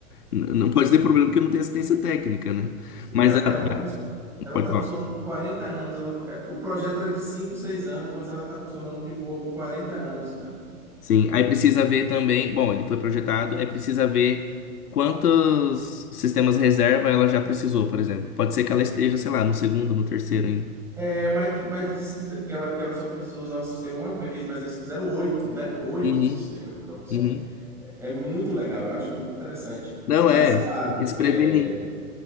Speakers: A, on the left; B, in the centre.
A: N- Não pode ter problema porque não tem assistência técnica, né?
B: Tipo assim,
A: Mas
B: Ela,
A: a-
B: ela
A: a-
B: tá funcionando. Ela
A: pode
B: está
A: falar.
B: funcionando por 40 anos. Ela foi- é, o projeto era de 5, 6 anos, mas ela está funcionando de boa por 40 anos, cara.
A: Sim, aí precisa ver também. Bom, ele foi projetado, aí precisa ver quantos sistemas reserva ela já precisou, por exemplo. Pode ser que ela esteja, sei lá, no segundo, no terceiro ainda.
B: É, mas, mas disse que, que, ela, que ela só precisou usar o sistema uma vez, mas eles fizeram oito, né? Oito
A: Uhum,
B: sistemas de propulsão.
A: uhum.
B: É é muito legal, eu acho muito interessante.
A: Não
B: Mas,
A: é,
B: claro,
A: tem que se
B: é,
A: prevenir.